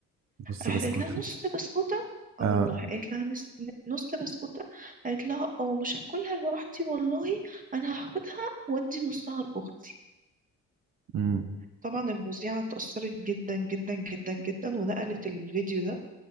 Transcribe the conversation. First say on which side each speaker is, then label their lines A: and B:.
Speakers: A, on the right; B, on the right.
A: بص
B: راحت
A: بسكوت
B: قالت لها نص بسكوتة اه
A: اه
B: والله قالت لها نص نص بسكوتة قالت لها اه مش هاكلها لوحدي والله انا هاخدها وادي نصها الاخت
A: امم
B: طبعا المذيعة اتأثرت جدا جدا جدا جدا ونقلت الفيديو ده